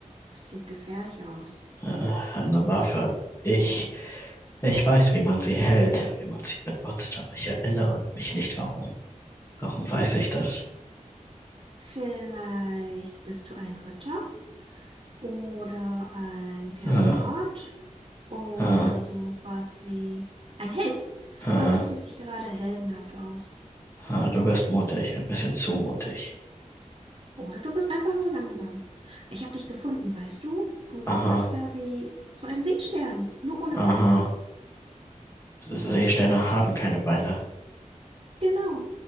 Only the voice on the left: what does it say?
Äh, Eine Waffe. Ich, ich weiß, wie man sie hält, wie man sie benutzt, aber ich erinnere mich nicht, warum. Warum weiß ich das?
Hm,
hm,
hm,
hm, du bist mutig, ein bisschen zu mutig.
Aha,
aha. S- Seesterne haben keine Beine.